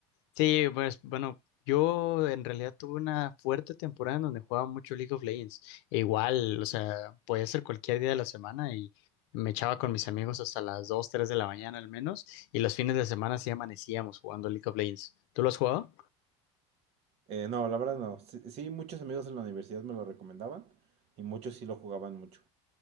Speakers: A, on the left (about 75°); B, on the right (about 45°).
A: Sí, pues bueno, yo en realidad tuve una fuerte temporada en donde jugaba mucho League of Legends. E igual, o sea, podía ser cualquier día de la semana y me echaba con mis amigos hasta las 2, 3 de la mañana al menos. Y los fines de semana sí amanecíamos jugando League of Legends. ¿Tú lo has jugado?
B: Eh, no, la verdad no. Sí, sí, muchos amigos en la universidad me lo recomendaban y muchos sí lo jugaban mucho.